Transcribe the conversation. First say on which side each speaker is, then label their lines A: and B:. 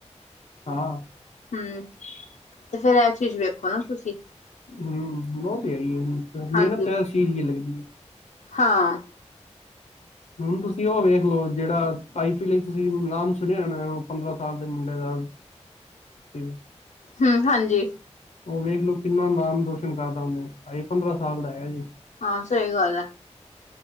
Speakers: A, on the left; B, on the left.
A: ਹਾਂ।
B: ਹੂੰ, ਤੇ ਫੇਰ ਇਹ ਚੀਜ ਵੇਖੋ ਨਾ ਤੁਸੀਂ
A: ਹੂੰ ਬਹੁਤ ਤੇ ਹੈ ਈ ਏ ਜੀ, ਮਿਹਨਤ
B: ਹਾਂਜੀ
A: ਤਾਂ ਇਸ ਚੀਜ਼ ਲੱਗਦੀ
B: ਹਾਂ।
A: ਹੁਣ ਤੁਸੀਂ ਉਹ ਵੇਖ ਲਓ, ਜਿਹੜਾ ਆਈ ਪੀ ਲਈ ਤੁਸੀਂ ਨਾਮ ਸੁਣਿਆਣਾ, ਉਹ ਪੰਦਰਾਂ ਸਾਲ ਦੇ ਮੁੰਡੇ ਦਾ <unintelligible>
B: ਹਾਂ, ਹਾਂਜੀ।
A: ਉਹ ਵੇਖਲੋ ਕਿੰਨਾ ਨਾਮ ਰੋਸ਼ਨ ਕਰ ਤਾਂ ਉਹਨੇ ਅਜੇ ਪੰਦਰਾਂ ਸਾਲ ਦਾ ਏ ਅਜੇ।
B: ਹਾਂ, ਸਹੀ ਗੱਲ ਐ।